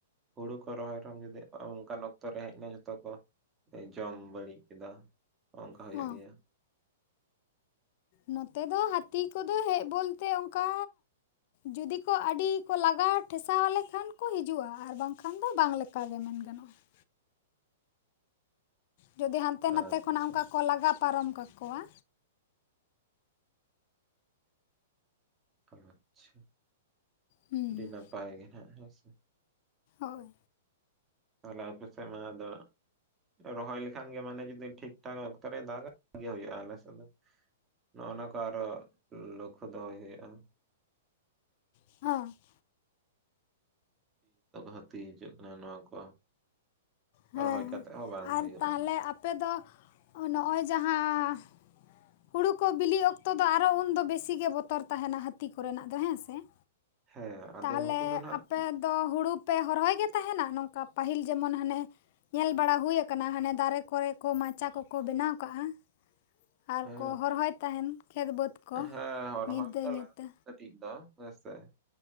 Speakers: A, on the right; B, on the left.
A: ᱦᱩᱲᱩ ᱠᱚ ᱨᱚᱦᱚᱭ ᱨᱮᱦᱚᱸᱢ ᱡᱩᱫᱤ ᱚᱱᱠᱟᱱ ᱚᱠᱛᱚ ᱨᱮ ᱦᱮᱡ ᱮᱱᱟ ᱡᱷᱚᱛᱚ ᱠᱚ ᱡᱚᱢ ᱵᱟᱹᱲᱤᱡ ᱠᱮᱫᱟ ᱚᱱᱠᱟ ᱦᱩᱭᱩᱜ
B: ᱚ
A: ᱜᱮᱭᱟ ᱾
B: ᱱᱚᱛᱮ ᱫᱚ ᱦᱟᱹᱛᱤ ᱠᱚᱫᱚ ᱦᱮᱡ ᱵᱚᱞᱛᱮ ᱚᱱᱠᱟ ᱡᱩᱫᱤ ᱠᱚ ᱟᱹᱰᱤ ᱠᱚ ᱞᱟᱜᱟᱣ ᱴᱷᱮᱥᱟᱣ ᱟᱞᱮ ᱞᱮᱠᱷᱟᱱ ᱠᱚ ᱦᱤᱡᱩᱜᱼᱟ ᱟᱨ ᱵᱟᱝᱠᱷᱟᱱ ᱫᱚ ᱵᱟᱝ ᱞᱮ ᱠᱟ ᱜᱮ ᱢᱮᱱ ᱜᱟᱱᱚᱜ-ᱟ ᱾ ᱡᱩᱫᱤ ᱦᱟᱱᱛᱮ ᱱᱟᱛᱮ
A: ᱟᱪᱪᱷᱟ
B: ᱠᱷᱚᱱᱟᱜ ᱚᱱᱠᱟ ᱠᱚ ᱞᱟᱜᱟ ᱯᱟᱨᱚᱢ ᱠᱟᱠᱚᱣᱟ᱾
A: ᱟᱪᱪᱷᱟ ᱾
B: ᱦᱩᱸ
A: ᱟᱹᱰᱤ ᱱᱟᱯᱟᱭ ᱜᱮ ᱱᱟᱦᱟᱜ ᱦᱮᱸ ᱥᱮ ᱾
B: ᱦᱳᱭ ᱾
A: ᱛᱟᱦᱚᱞᱮ ᱟᱯᱮ ᱥᱮᱫ ᱢᱟ ᱟᱫᱚ ᱨᱚᱦᱚᱭ ᱞᱮᱠᱷᱟᱱ ᱜᱮ ᱢᱟᱱᱮ ᱡᱩᱫᱤ ᱴᱷᱤᱠ ᱴᱷᱟᱠ ᱚᱠᱛᱚ ᱨᱮ ᱫᱟᱜᱟ <inaudible> ᱦᱩᱭᱩᱜ-ᱟ ᱟᱞᱮ ᱥᱮᱫ ᱫᱚ ᱾ ᱱᱚᱜᱼᱚ ᱱᱚᱣᱟ ᱠᱚ ᱟᱨᱚ ᱞᱚᱠᱠᱷᱚ ᱫᱚᱦᱚᱭ ᱦᱩᱭᱩᱜᱼᱟ ᱾
B: ᱦᱮᱸ ᱾
A: <inaudible> ᱦᱟᱹᱛᱤ ᱦᱤᱡᱩᱜ ᱠᱟᱱᱟ ᱱᱚᱣᱟ ᱠᱚ
B: ᱦᱮᱸ
A: ᱨᱚᱦᱚᱭ
B: ᱦᱮᱸ
A: ᱠᱟᱛᱮᱫ ᱦᱚᱸ ᱵᱟᱝ
B: ᱟᱨ
A: ᱦᱩᱭᱩᱜᱼᱟ
B: ᱛᱟᱦᱚᱞᱮ
A: ᱱᱟᱦᱟᱜ ᱾
B: ᱟᱯᱮ ᱫᱚ ᱱᱚᱜ-ᱚᱭ ᱡᱟᱦᱟᱸ ᱦᱩᱲᱩ ᱠᱚ ᱵᱤᱞᱤᱜ ᱚᱠᱛᱚ ᱫᱚ ᱟᱨᱚ ᱩᱱᱫᱚ ᱵᱮᱥᱤ ᱜᱮ ᱵᱚᱛᱚᱨ ᱛᱟᱦᱮᱱᱟ ᱦᱟᱹᱛᱤ ᱠᱚᱨᱮᱱᱟᱜ ᱫᱚ ᱦᱮᱸ ᱥᱮ ᱾
A: ᱦᱮᱸ ᱟᱫᱚ
B: ᱛᱟᱦᱚᱞᱮ
A: ᱱᱩᱠᱩ ᱫᱚ ᱱᱟᱜ
B: ᱟᱯᱮ ᱫᱚ ᱦᱩᱲᱩ ᱯᱮ ᱦᱚᱨᱚᱭ ᱜᱮ ᱛᱟᱦᱮᱱᱟ? ᱱᱚᱝᱠᱟ ᱯᱟᱹᱦᱤᱞ ᱡᱮᱢᱚᱱ ᱦᱟᱱᱮ ᱧᱮᱞ ᱵᱟᱲᱟ ᱦᱩᱭ ᱟᱠᱟᱱᱟ ᱦᱟᱱᱮ ᱫᱟᱨᱮ ᱠᱚᱨᱮ ᱠᱚ ᱢᱟᱪᱟ ᱠᱚᱠᱚ ᱵᱮᱱᱟᱣ ᱠᱟᱜᱼᱟ ᱾ ᱟᱨ
A: ᱦᱮᱸ
B: ᱠᱚ ᱦᱚᱨᱦᱚᱭ ᱛᱟᱦᱮᱱ ᱠᱷᱮᱛ ᱵᱟᱹᱫᱽ ᱠᱚ
A: ᱦᱮᱸ ᱨᱚᱦᱚᱭ
B: ᱧᱤᱫᱟᱹ
A: ᱫᱚ
B: ᱧᱩᱛᱟᱹ
A: ᱞᱟᱹᱜᱤᱫ ᱠᱟᱹᱴᱤᱡ ᱫᱚ ᱦᱮᱸ ᱥᱮ ᱾